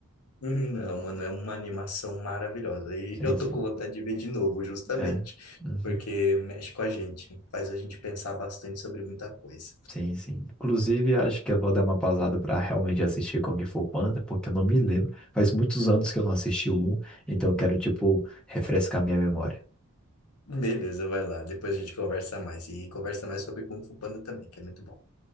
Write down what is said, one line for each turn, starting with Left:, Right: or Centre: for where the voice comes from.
Left: Uhum, Não, mano, é uma animação maravilhosa. E
Centre: <laughs> Sim,
Left: <laughs> eu
Centre: sim.
Left: tô com vontade de ver de novo, justamente,
Centre: É. Uhum.
Left: porque mexe com a gente, faz a gente pensar bastante sobre muita coisa.
Centre: Sim, sim. Inclusive, acho que eu vou dar uma pausada para realmente assistir Kung Fu Panda, porque eu não me lembro. Faz muitos anos que eu não assisti o um, então eu quero, tipo, refrescar minha memória.
Left: Beleza, vai lá. Depois a gente conversa mais. E conversa mais sobre Kung Fu Panda também, que é muito bom.